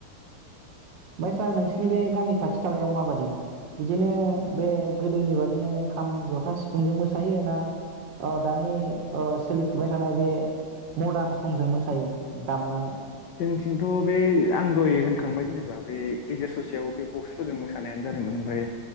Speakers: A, on the right; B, on the left.
A: बै सार नोंसिनि बे गामि खाथि खालायाव माबादि बिदिनो बे गोदोनि बादिनो खाम जथा सिफुंजों मोसायो ना दानि सोलिफुबाय थानाय बे मदार्न संजों मोसायो दामनानै
B: जोंथिंथ' बे आं दहाय होनखांबाय जेनेबा बे गेजेर ससेयाव बे बक्सफोरजों मोसानायानो जादोंमोन ओमफाय